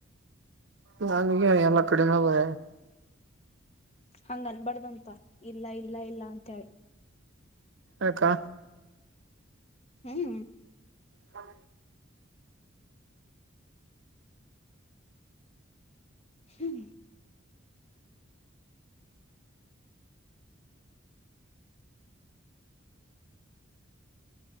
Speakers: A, on the right (about 60°); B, on the left (about 30°).
A: ನನ್ಗೆ ಎಲ್ಲ ಕಡೆಿನ ಬರ.
B: ಹಂಗನ್ ಬಡ್ದಂತ ಇಲ್ಲ ಇಲ್ಲ ಇಲ್ಲ ಅಂತ ಹೇಳಿ.
A: ಅಕ್ಕಾ.
B: ಹ್ಮ್.
A: ಹ್ಮ.
B: ಹ್ಮ.